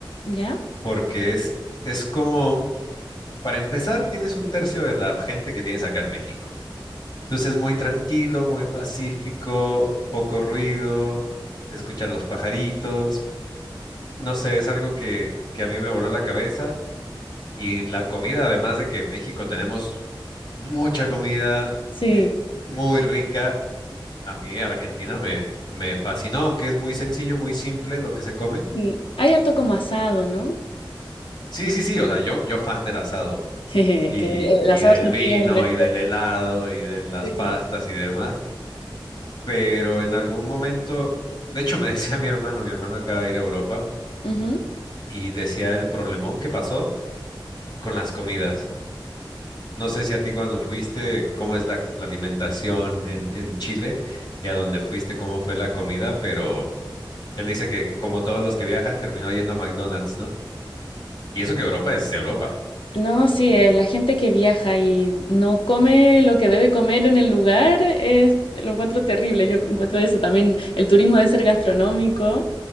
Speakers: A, on the left; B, on the left.
A: ¿Ya?
B: porque es, es como, para empezar, tienes un tercio de la gente que tienes acá en México. Entonces, muy tranquilo, muy pacífico, poco ruido, escuchar los pajaritos. No sé, es algo que, que a mí me voló la cabeza Y la comida, además de que en México tenemos mucha comida
A: Sí,
B: eh, muy rica, a mí Argentina me, me fascinó, aunque es muy sencillo, muy simple lo que se come.
A: sí. Hay harto como asado, ¿no?
B: Sí, sí, sí, o sea, yo, yo fan del asado
A: <laughs> Es
B: y,
A: que el,
B: y
A: el asado
B: del
A: argentino
B: vino
A: es el mejor.
B: y del helado y de las
A: Sí.
B: pastas y demás, pero en algún momento, de hecho me <laughs> decía mi hermano, mi hermano acaba de ir a Europa
A: Ujú.
B: y decía el problemón que pasó con las comidas. No sé si a ti cuando fuiste, cómo es la, la alimentación en, en Chile y a dónde fuiste, cómo fue la comida, pero él dice que como todos los que viajan, terminó yendo a McDonald's, ¿no? Y eso que Europa es Europa.
A: No, sí, eh, la gente que viaja y no come lo que debe comer en el lugar, es- lo encuentro terrible. Yo encuentro eso también. El turismo debe ser gastronómico